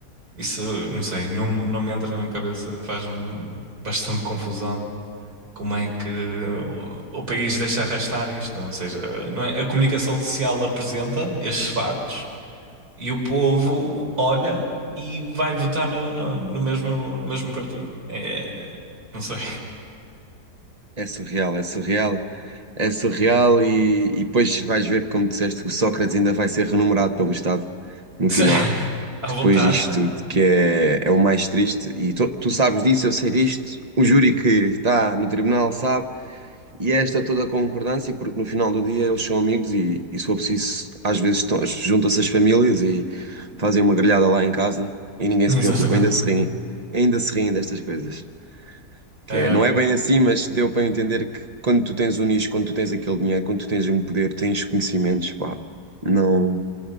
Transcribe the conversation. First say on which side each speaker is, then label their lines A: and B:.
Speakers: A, on the right; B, on the right.
A: Isso, não sei, não, não me entra na cabeça, faz-me bastante confusão. Como é que o, o país deixa arrastar isto? Ou seja, não é? A comunicação social apresenta estes factos e o povo olha e vai votar no, no, no mesmo, no mesmo partido. É, não sei.
B: É surreal, é surreal, é surreal e, e depois vais ver, como disseste, que o Sócrates ainda vai ser renumerado pelo Estado no
A: <laughs>
B: final,
A: À
B: depois
A: vontade.
B: disto tudo, que é, é o mais triste. E tu, tu sabes disso, eu sei disto, o júri que está no tribunal sabe, e é esta toda a concordância, porque no final do dia eles são amigos e, e se for preciso, às vezes estão- juntam-se as famílias e fazem uma grelhada lá em casa e ninguém se
A: Exatamente.
B: preocupa, ainda se riem, ainda se riem destas coisas. Que
A: Ah,
B: é, não é bem assim, mas deu para eu entender que quando tu tens um nicho, quando tu tens aquele dinheiro, quando tu tens um poder, tens conhecimentos, pá, não